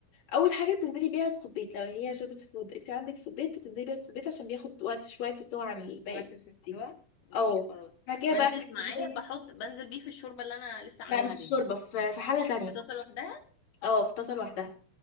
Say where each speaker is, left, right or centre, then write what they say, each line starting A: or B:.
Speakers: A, on the left (about 50°); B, on the left (about 80°).
A: اول حاجه بتنزلي بيها السبيت لو هي شوربه فود انت عندك سبيت بتنزلي بيها السبيت عشان بياخد وقت شويه في السوا عن الباقي
B: وقت في السوا
A: دي
B: ماشي
A: اه
B: خلاص
A: بعد كده
B: بنزل
A: بقى بتحطي-
B: معاه بحط بنزل بيه في الشوربة اللي انا لسه عاملاها
A: لا مش
B: دي
A: شوربه في في حله تانية
B: في طاسة لوحدها
A: اه في طاسه لوحدها